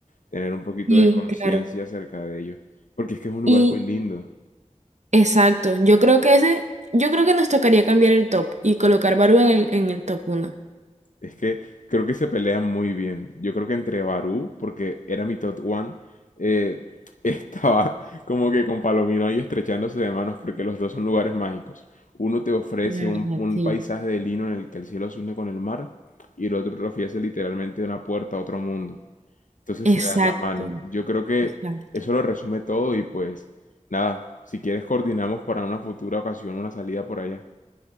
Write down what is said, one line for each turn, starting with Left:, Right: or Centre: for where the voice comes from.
Left: tener un poquito
Right: Sí,
Left: de conciencia
Right: claro.
Left: acerca de ello. Porque es que es un lugar
Right: Y
Left: muy lindo.
Right: exacto, yo creo que ese, yo creo que nos tocaría cambiar el top y colocar Barú en el, en el top uno
Left: Es que creo que se pelean muy bien. Yo creo que entre Barú, porque era mi top one, eh, <laughs> estaba como que con Palomino ahí estrechándose de manos, porque los dos son lugares mágicos. Uno te ofrece
Right: La verdad,
Left: un, un
Right: sí.
Left: paisaje de lino en el que el cielo se une con el mar, y el otro te ofrece literalmente una puerta a otro mundo. Entonces se
Right: Exacto,
Left: dan la mano. Yo creo que
Right: exacto.
Left: eso lo resume todo y pues nada, si quieres coordinamos para una futura ocasión una salida por allá.